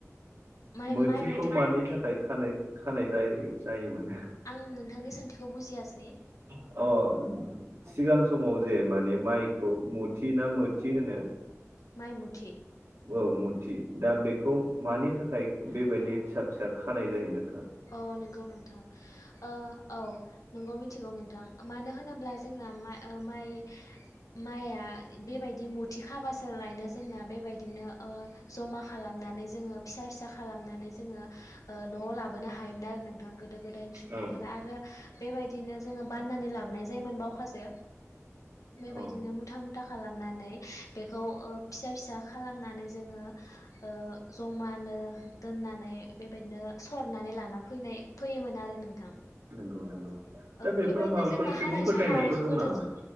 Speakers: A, on the left; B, on the right.
A: माइ
B: मोथिखौ
A: माइ मुथि
B: मानि थाखाय खानाय खानाय जायोमोन
A: आं नोंथांनि सोंथिखौ बुजियासै
B: अ सिगां समाव जे माने माइखौ मुथि ना मोथि होनो
A: माइ मुथि
B: औ मुथि दा बेखौ मानि थाखाय बेबायदि फिसा फिसा खानाय जायोना
A: अ नोंगौ नोंथां ओ औ नोंगौ मिथि गौ नोंथां मानो होनोब्ला जोंना माइ ओ माइ माइआ बेबायदि मु थि खाबासो लायनो जोंना बेबायदिनो ओ जमा खालामनानै जोङो फिसा फिसा खालामनानै जोङ ओ न'आव लाबोनो हायोमोन आरो नोंथां गोदो गोदायनि सुबुंफोरा
B: औ
A: आरो बेबायदिनो जों बानानै लाबोनाय जायोमोन बावखासो बेबायदिनो
B: औ
A: मुथा मुथा खालामनानै बेखौ ओ फिसा फिसा खालामनानै जोङो ओ जमानो दोननानै बेबायदिनो सरनानै लाना फैनाय फैयोमोन आरो नोंथां
B: नंगौ दा
A: औ
B: बेफोराव
A: बेबायदिनो
B: माबाफोर
A: जोंनो
B: सुबुं
A: हानाय
B: फोथायनायफोर
A: समाव
B: दं
A: गोदो
B: नामा